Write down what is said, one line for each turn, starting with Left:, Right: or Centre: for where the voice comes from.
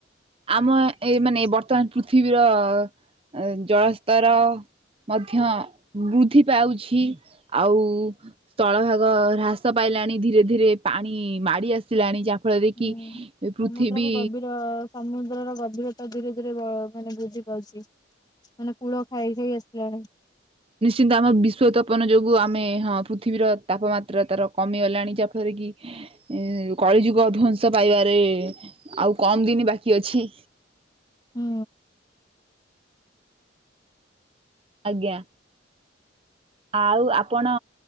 Right: ଆମ ଏ ମାନେ ବର୍ତ୍ତମାନ ଯଅ ଜଳସ୍ତର ମଧ୍ୟ ବୃଦ୍ଧି ପାଉଛି ଆଉ ସ୍ଥଳ ଭାଗ ହ୍ରାସ ପାଇଲାଣି ଧୀରେ ଧୀରେ ପାଣି ମାଡି ଆସ ଆସିଲାଣି ଯାହାଫଳରେ
Left: ହୁଁ
Right: କିି ପୃଥିବୀ
Left: ସମୁଦ୍ର ବି ଗଭୀର ସମୁଦ୍ରର ଗଭୀରତା ଧୀରେ ଧୀରେ ବ ମାନେ ବୃଦ୍ଧି ପାଇଛି। ମାନେ କୁଳ ଖାଇ ଖାଇ ଆସିଲାଣି।
Right: ନିଶ୍ଚିନ୍ତ ଆମ ବିଶ୍ୱତପନ ଯୋଗୁ ଆମେ ହଁ ପୃଥିବୀର ତାପମାତ୍ରା ତାର କମିଗଲାଣି ଯାହାଫଳରେ କି ଉ କଳିଯୁଗ ଧ୍ଵଂସ ପାଇବାରେ ଆଉ କମ ଦିନ ବାକି ଅଛି।
Left: ହୁଁ।
Right: ଆଜ୍ଞା। ଆଉ ଆପଣ